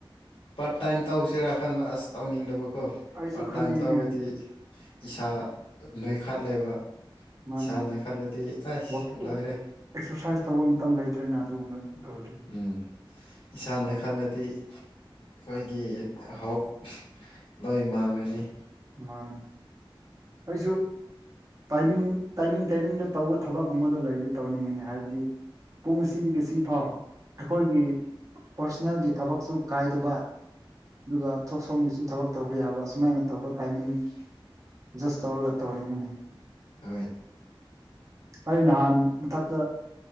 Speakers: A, on the left (about 85°); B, on the right (about 35°).
A: ꯄꯥꯔꯠ ꯇꯥꯏꯝ ꯇꯧꯁꯤꯔ ꯈꯟꯕ ꯑꯁ ꯇꯧꯅꯤꯡꯗꯕꯀꯣ
B: ꯑꯩꯁꯨ
A: ꯄꯥꯔꯠ
B: ꯈꯜꯂꯤꯅꯦ
A: ꯇꯥꯏꯝ ꯇꯧꯔꯗꯤ ꯏꯁꯥ ꯅꯣꯏꯈꯠꯂꯦꯕ
B: ꯃꯥꯅꯦ
A: ꯏꯁꯥ ꯅꯣꯏꯈꯠꯂꯗꯤ ꯑꯁ
B: ꯑꯦꯛꯁꯔꯁꯥꯏꯁ
A: ꯂꯣꯏꯔꯦ
B: ꯇꯧꯕ ꯃꯇꯝ ꯂꯩꯇ꯭ꯔꯦꯅ ꯑꯗꯨꯒꯨꯝꯕ ꯇꯧꯔꯗꯤ
A: ꯎꯝ ꯏꯁꯥ ꯅꯣꯏꯈꯠꯂꯗꯤ ꯑꯈꯣꯏꯒꯤ ꯍꯣꯞ ꯂꯣꯏ ꯃꯥꯡꯂꯅꯤ
B: ꯃꯥꯟꯅꯦ ꯑꯩꯁꯨ ꯇꯥꯏꯃꯤꯡ ꯇꯥꯏꯃꯤꯡ ꯇꯥꯏꯃꯤꯡꯗ ꯇꯧꯕ ꯊꯕꯛꯀꯨꯝꯕꯗꯣ ꯂꯩꯔꯗꯤ ꯇꯧꯅꯤꯡꯉꯤꯅꯦ ꯍꯥꯏꯗꯤ ꯄꯨꯡ ꯑꯁꯤꯗꯒꯤꯁꯤꯐꯥꯎ ꯑꯩꯈꯣꯏꯒꯤ ꯄ꯭ꯔꯁꯣꯅꯦꯜꯒꯤ ꯊꯕꯛꯁꯨ ꯀꯥꯏꯗꯕ ꯑꯗꯨꯒ ꯁꯣꯝꯒꯤꯁꯨ ꯊꯕꯛ ꯇꯧꯕ ꯇꯧꯕ ꯌꯥꯕ ꯁꯨꯃꯥꯏꯅ ꯇꯧꯕ ꯇꯥꯏꯃꯤꯡ ꯖꯁ ꯇꯧꯔꯒ ꯇꯧꯅꯤꯡꯉꯤꯅꯦ
A: ꯍꯣꯔꯦꯟ
B: ꯑꯩ ꯅꯍꯥꯟ ꯃꯊꯛꯇ